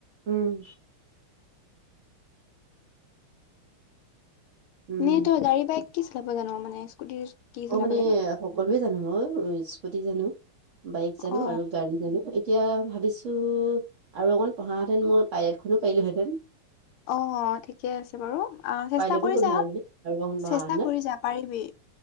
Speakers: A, on the right; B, on the left.
A: উম। উম,
B: এনে তই গাড়ী বাইক কি চলাব জান মানে স্কুটি। কি চলাব
A: অ মানে
B: জান
A: সকলোৱে জানো অ স্কুটি জানো। বাইক জানো
B: অ
A: আৰু গাড়ী জানো। এতিয়া ভাবিছো আৰু অকন পঢ়াহেতেন মই পাইলেটখনো পাৰিলোহেতেন।
B: অ ঠিকে আছে বাৰু। অ চেষ্টা
A: পাইলতো
B: কৰি
A: হ'লোহেঁতেন
B: যা
A: মানে আৰু অকণ পঢ়াহেঁতেন
B: চেষ্টা কৰি যা পাৰিবি।